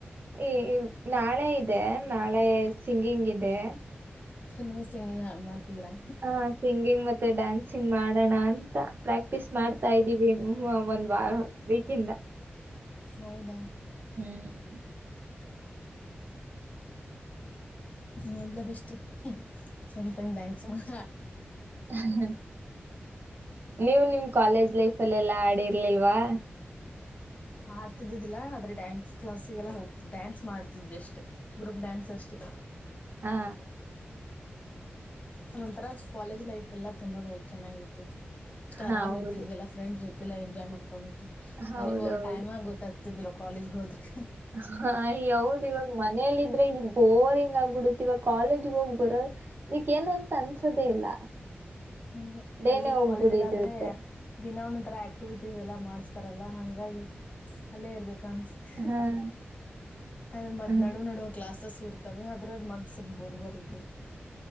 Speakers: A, on the right; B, on the left.
A: ಈ ನಾಳೆ ಇದೆ ನಾಳೆ ಸಿಂಗಿಂಗ್ ಇದೆ
B: ನೀವು ಸಿಂಗಿಂಗ್ ಮಾಡ್ತಿದೀರಾ
A: ಆ ಸಿಂಗಿಂಗ್ ಮತ್ತೆ ಡ್ಯಾನ್ಸಿಂಗ್ ಮಾಡೋಣ ಅಂತ ಪ್ರಾಕ್ಟೀಸ್ ಮಾಡ್ತಾ ಇದ್ದೀವಿ ಒಂದ್ ವೀಕ್ ಇಂದ
B: ಹೌದಾ
A: ಹ್ಮ್
B: ಮೊದ್ಲ ಬೆಸ್ಟ್ ಚಂದ ತಂಗ ಡ್ಯಾನ್ಸ್ ಮಾಡ
A: ಹ ಹ್ಮ ನೀವು ನಿಮ್ ಕಾಲೇಜ್ ಲೈಫ್ ಅಲ್ಲ ಎಲ್ಲಾ ಆಡಿರ್ಲಿಲ್ವಾ
B: ಹಾಡ್ತಿದ್ದಿದ್ದಿಲ್ಲಾ ಆದ್ರೆ ಡ್ಯಾನ್ಸ್ ಕ್ಲಾಸಿಗೆಲ್ಲ ಹೋಗ್ತ ಡ್ಯಾನ್ಸ್ ಮಾಡ್ತಿದ್ ಅಷ್ಟೆ ಗ್ರೂಪ್ ಡ್ಯಾನ್ಸ್ ಅಷ್ಟೇ
A: ಹಾ
B: ಅದೊಂಥರಾ ಕಾಲೇಜ್ ಲೈಫ್ ಎಲ್ಲಾ ತುಂಬಾ ಚೆನ್ನಾಗಿರುತ್ತೆ ಇಷ್ಟ
A: ಹೌದು
B: ಆರಾಮ್ ಇರ್ತಿದ್ವಿಲ್ಲ ಫ್ರೆಂಡ್ ಜೊತೆಲ್ಲ ಎಂಜಾಯ್ ಮಾಡ್ಕೊಂಡಂತೆ
A: ಹೌದೌದು
B: ಮನ ಟೈಮಾಗ ಗೊತ್ತಾಗ್ತಿದ್ದಿಲ್ಲ ಕಾಲೇಜ್ ಹೋದ್ರರೆ
A: ಹ ಹೌದು ಇವಾಗ ಮನೇಲ್ಲ ಇದ್ರೆ ಇದ್ದ ಬೋರಿಂಗ್ ಆಗ್ಬಿಡತಿವ ಕಾಲೇಜ ಹೋಗ್ ಬರ ಇದಕ್ಕ ಏನು ಅಂತ ಅನ್ಸೋದೆೇ ಇಲ್ಲ
B: ಹ
A: ಡೇನೆ
B: ಅಲ್ಲಿ
A: ಹೋಗ್ಬಿಡಿದಿರುತ್ತೆ
B: ಕಾಲೇಜಲ್ಲಿ ಆದ್ರೆ ದಿನ ಒಂದು ಆಕ್ಟಿವಿಟೀಸ್ ಎಲ್ಲ ಮಾಡಿಸ್ತಾರಲ್ಲ ಹಂಗಾಗಿ ಅಲ್ಲೇ ಇರ್ಬೇಕು ಅನ್ಸ್ತು
A: ಹಾ
B: ಅದರ ಮತ್
A: ಹ್ಮ
B: ನಡುವ ನಡುವ ಕ್ಲಾಸಸ್ ಸುರ್ತವೆೆ ಅದ್ರಲ್ಲಿ ಮದ ಸ್ವಲ್ಪ ಬೋರ್ ಬೋರ್ ಇರ್ತದೆ